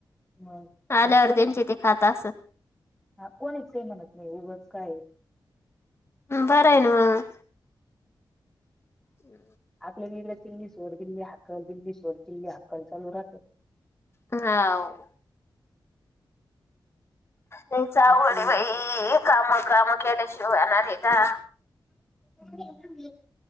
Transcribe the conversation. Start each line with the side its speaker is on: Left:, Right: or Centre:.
Centre: हम
Left: आल्यावर
Centre: पण कोणी
Left: त्यांचे ते खात असं
Centre: हा कोणीच ते म्हणत नाही उगच काय
Left: बरंय न म हम्
Centre: आपलं इडं किल्ली सोड दिल्ली हाकल दिल्ली सोडचिल्ली हाक्कल चालू राहतं
Left: हाव नाहीच आवड
Centre: आजकाल
Left: आहे बाई कामं कामं केल्या शिव येणार आहे का
Centre: ह